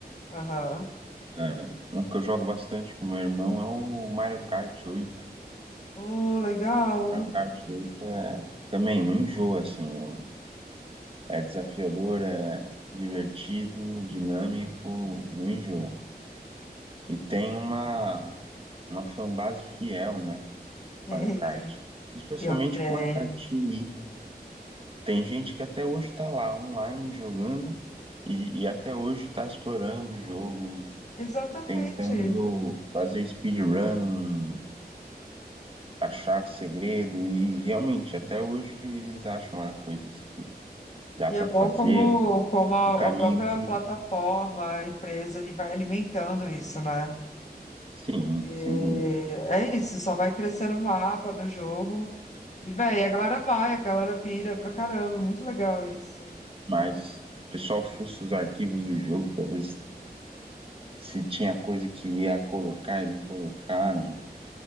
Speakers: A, on the left; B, on the right.
A: Aham.
B: É, um que eu jogo bastante com meu irmão é o Mario Kart 8.
A: Oh, legal.
B: Mario Kart 8 é, também não enjoa, assim. é um- É desafiador, é divertido, dinâmico, não enjoa. E tem uma, uma fanbase fiel, né?
A: <laughs>
B: Mario
A: Ei,
B: Kart. Especialmente
A: pior que tem.
B: com o Mario Kart Wii. Tem gente que até hoje está lá online jogando e, e até hoje está explorando o jogo,
A: Exatamente.
B: tentando fazer speedrun, achar segredo e realmente até hoje eles acham lá coisas que dá
A: E
B: para
A: é bom
B: fazer,
A: como, como a,
B: um caminho
A: a própria
B: que,
A: plataforma, a empresa, ele vai alimentando isso, né?
B: sim,
A: Porque
B: sem dúvida,
A: é isso, só vai crescendo o mapa do jogo. E, véi, a galera vai, a galera pira pra caramba. Muito legal isso.
B: mas o pessoal fuça os arquivos do jogo para ver se, se tinha coisa que ia colocar e não colocaram.